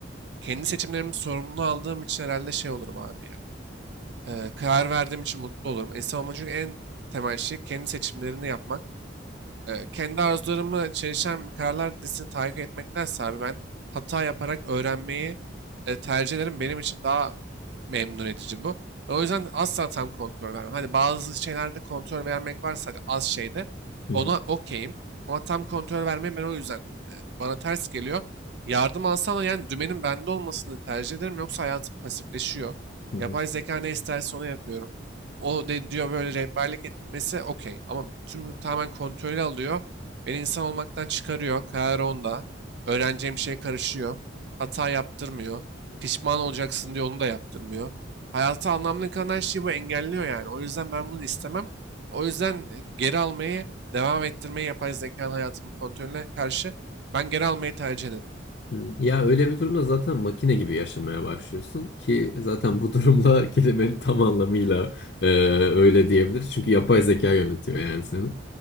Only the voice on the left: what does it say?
hı
hı,
hı hı.
Hı. Ya öyle bir durumda zaten makine gibi yaşamaya başlıyorsun ki zaten bu durumla <laughs> kelimenin tam anlamıyla e, öyle diyebiliriz. Çünkü yapay zeka yönetiyor yani seni.